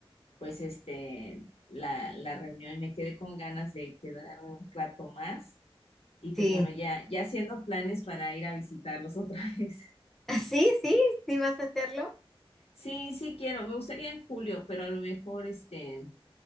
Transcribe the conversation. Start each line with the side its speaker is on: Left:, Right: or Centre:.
Left: pues este, la, la reunión y me quedé con ganas de quedarme un rato más. Y pues
Centre: sí.
Left: bueno,
Centre: <laughs>
Left: ya, ya haciendo planes para ir a visitarlos otra <laughs> vez.
Centre: Ah, Sí, sí, sí, vas a hacerlo.
Left: Sí, sí quiero, me gustaría en julio, pero a lo mejor este